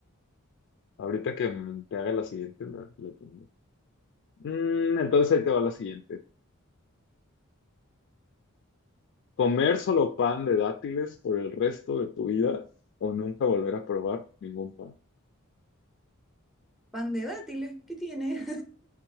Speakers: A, on the left; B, in the centre.
A: ahorita que mm, te haga la siguiente, le, le pongo. Mm, entonces ahí te va la siguiente. ¿Comer solo pan de dátiles por el resto de tu vida o nunca volver a probar ningún pan?
B: Pan de dátiles, ¿qué tiene?